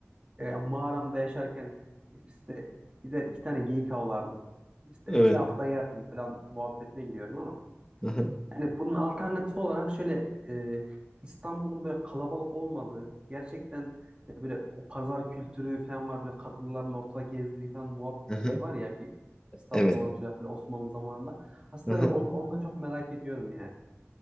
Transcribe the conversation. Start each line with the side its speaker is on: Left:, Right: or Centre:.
Right: e, mağaramda yaşarken işte gider iki tane geyik avlardım. İşte
Left: Evet.
Right: bir hafta yerdim falan muhabbetine giriyorum ama
Left: Hı hı.
Right: yani bunun alternatif olarak şöyle e, İstanbul'un böyle kalabalık olmadığı gerçekten e, böyle o pazar kültürü falan var böyle kadınların ortada gezdiği falan muhab
Left: Hı
Right: şey
Left: hı.
Right: var ya bir İstanbul'u
Left: Evet.
Right: anlatıyorlar böyle Osmanlı zamanında. Aslında
Left: Hı hı.
Right: bir onu, onu da çok merak ediyorum yani.